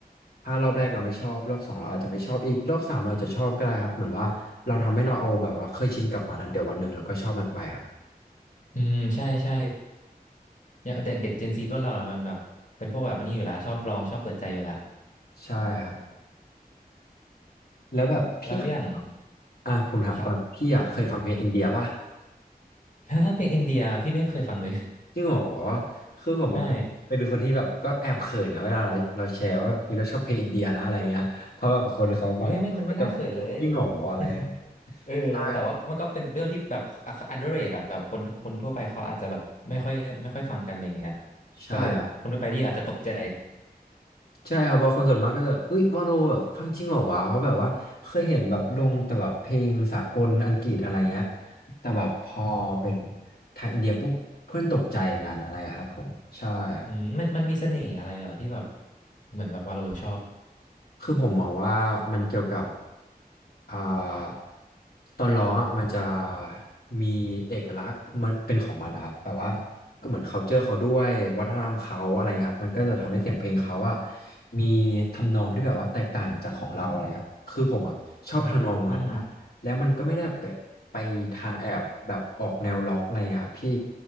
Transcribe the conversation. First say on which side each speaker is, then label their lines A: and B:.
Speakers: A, on the left; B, on the left.
A: ถ้ารอบแรกเราไม่ชอบรอบสองเราอาจจะไม่ชอบอีกรอบสามเราจะชอบก็ได้ครับเหมือนว่าเราทำให้เราเอาแบบว่าเคยชินกับมันอนเดี๋ยววันหนึ่งเราก็ชอบมันไปครับ
B: อืมใช่ใช่อย่างเด็กเด็กเจนซีรุ่นเราอะมันแบบเป็นพวกแบบอันนี้อยู่แล้วชอบลองชอบเปิดใจอยู่แล้ว
A: ใช่ครับแล้วแบบพี่เคย
B: แล้วอย่าง
A: อ่ะผมถามก่อนพี่อ่ะเคยฟังเพลงอินเดียป่ะ
B: ครับถ้าเพลงอินเดียพี่ไม่เคยฟังเลย
A: จริงเหรอคือผมอะเป็นเป็นคนที่แบบก็แอบเขินนะเวลาเราเราแชร์ว่าเฮ้ยเราชอบเพลงอินเดียนะอะไรเงี้ยเพราะแบบคนเขาบางคนเขาก็จะ
B: <laughs> ใช่เฮ้ยไม่มันไม่น่าเขินเลย
A: จริงเหรออะไรเงี้ย
B: <laughs> เออแต่ว่ามันก็เป็นเรื่องที่แบบอ
A: ใช่ครับ
B: underrated อะแบบคนคนทั่วไปเขาอาจจะแบบไม่ค่อยไม่ค่อยฟังกันอะไรเงี้ย
A: ใช่ครับ
B: ก็เลยแบบคนทั่วไปได้ยินอาจจะตกใจ
A: ใช่ครับเพราะคนส่วนมากก็จะเฮ้ยวาโลแบบฟังจริงเหรอวะเพราะแบบว่าเคยเห็นแบบลงแต่แบบเพลงสากลอังกฤษอะไรเงี้ยแต่แบบพอเป็นไทยอินเดียปุ๊บเพื่อนตกใจกันอะไรอะครับผมใช่ครับ
B: อืมมันมันมีเสน่ห์อะไรเหรอที่แบบเหมือนแบบวาโลชอบ
A: คือผมมองว่ามันเกี่ยวกับอ่าตอนร้องอ่ะมันจะมีเอกลักษณ์มันเป็นของมันนะครับแบบว่าก็เหมือน culture เขาด้วยวัฒนธรรมเขาอะไรเงี้ยครับมันก็จะทำให้เสียงเพลงเขาอ่ะมีทำนองที่แบบว่าแตกต่างจากของเราอะไรครับคือผมอ่ะชอบทำนองนั้นนะแล้วมันก็ไม่ได้แบบไปทางแอบแบบออกแนวล็อกอะไรเงี้ยครับพี่
B: อืมอืม